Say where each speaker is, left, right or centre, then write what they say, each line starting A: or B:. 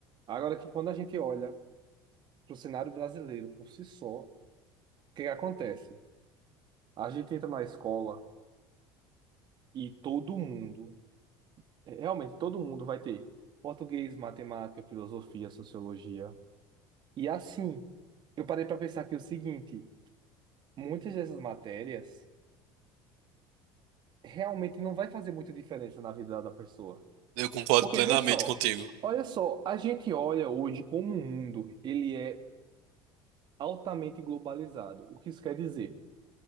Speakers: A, on the right; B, on the right.
A: Agora que quando a gente olha para o cenário brasileiro por si só, o que que acontece? A gente entra na escola e todo mundo, eh, realmente todo mundo vai ter português, matemática, filosofia, sociologia. E assim, eu parei para pensar que é o seguinte, muitas dessas matérias realmente não vai fazer muita diferença na vida da pessoa.
B: Eu concordo
A: Porque
B: plenamente
A: vê só,
B: contigo.
A: olha só, a gente olha hoje como o mundo, ele é altamente globalizado. O que isso quer dizer?